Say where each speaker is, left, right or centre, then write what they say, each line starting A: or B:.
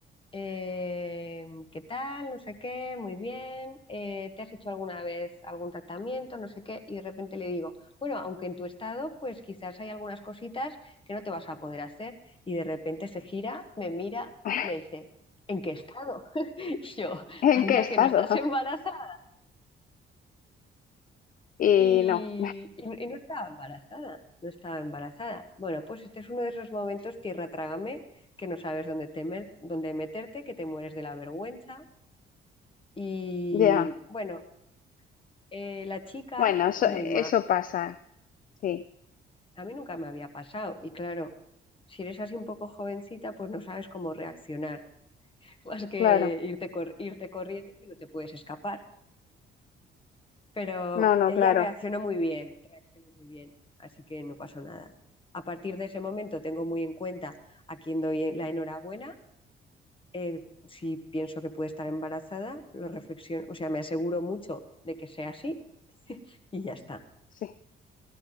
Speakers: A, on the left; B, on the left.
A: eh, ¿qué tal? No sé qué, muy bien, eh, ¿te has hecho alguna vez algún tratamiento? No sé qué, y de repente le digo, bueno, aunque en tu estado, pues quizás hay algunas cositas que no te vas a poder hacer, y de repente se gira, me mira,
B: <laughs>
A: me dice, ¿en qué estado? <laughs> Y yo,
B: ¿En
A: anda,
B: qué estado?
A: que no estás
B: <laughs>
A: embarazada.
B: Y
A: Y,
B: no,
A: y- no, y no estaba embarazada, no estaba embarazada. Bueno, pues este es uno de esos momentos, tierra trágame, que no sabes dónde, temer, dónde meterte, que te mueres de la vergüenza Y
B: ya.
A: bueno, eh, la chica,
B: Bueno, eso,
A: muy
B: eso
A: ma,
B: pasa, sí,
A: a mí nunca me había pasado. Y claro, si eres así un poco jovencita, pues no sabes cómo reaccionar, <laughs> más que
B: claro.
A: irte, cor- irte corriendo que no te puedes escapar. Pero
B: No, no,
A: ella
B: claro,
A: reaccionó muy bien, reaccionó muy bien, así que no pasó nada. A partir de ese momento tengo muy en cuenta a quién doy la enhorabuena. eh, si pienso que puede estar embarazada, lo reflexiono, o sea, me aseguro mucho de que sea así <laughs> y ya está.
B: sí.